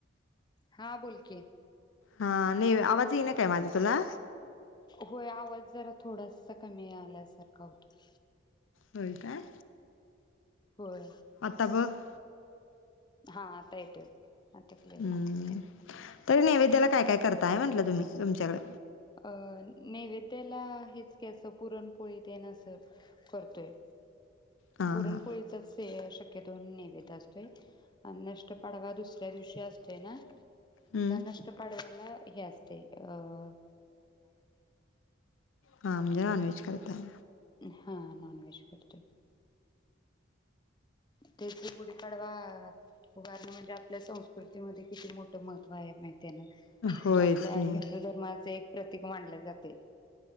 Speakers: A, on the left; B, on the left.
A: हां बोल की
B: हा नाहीे आवाज येई ना काय माझा तुला?
A: होय आवाज जरा थोडासा कमी आल्यासारखा होतोय.
B: होय काय?
A: होय
B: आता बग
A: हा आता येतय बग क्लिअर
B: हम्म
A: येतय.
B: तरी नैवेद्याला काय काय करताय म्हटलं तुम्ही तुमच्याकडे
A: अ नैवे त्याला हेच की अस पुरणपोळी तेन अस करतोय.
B: हां
A: पुरणपोळीचच
B: हां
A: हे शक्य् हे दोन नैवेद्य असतोय आणि नष्ट पडवा दुसऱ्या दिवशी असतोय ना
B: हम्म
A: त्या नष्ट पाडव्याला हे असतंय अ्
B: हा म्हणजे नॉनव्हेज करताय.
A: हां नॉनव्हेज करतोय. तेची गुडी पाडवा आ् उभारण म्हणजे आप् आपल्या संस्कृतीमध्ये किती मोठ महत्त्व आहे ते माहिती आहे ना म्हणजे
B: होय
A: आपल्या
B: की
A: हिंदू धर्माचे एक प्रतिक मांडले जाते